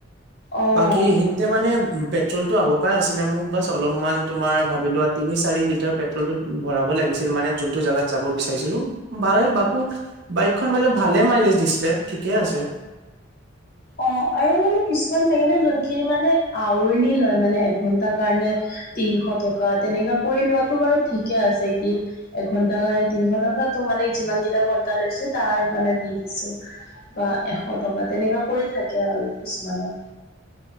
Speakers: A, on the left (about 50°); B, on the right (about 60°).
A: অ',
B: বাকী সিঁ- এতিয়া মানে উম পেট্ৰলটো আগৰ পাই আছিলে মোক বাছ অলপমান তুমি ভাবি লোৱা তিনি চাৰি লিটাৰ পেট্ৰলতো- ভৰাব লাগিছিল মানে যোনটো জাগাত যাব বিচাৰিছিলো বায়ে বাকো- বাইকখন মানে ভালে মাইলেজ দিছিলে ঠিকে আছে।
A: অঁ আৰু মানে কিছুমান থাকে ন যোনখিনি মানে আওৰলি লয় মানে এঘন্টা কাৰণে। তিনিশ টকা তেনেকা কৰি লোৱাটো বাৰু ঠিকে আছে কি- এঘন্টাৰ কাৰণে তিনিশ টকাটো মানে যিমান কেইটা ঘন্টা লৈছো তাৰ মানে দি দিছো। বা এশ টকা তেনেকা কৰি থাকে আৰু কিছুমানৰ।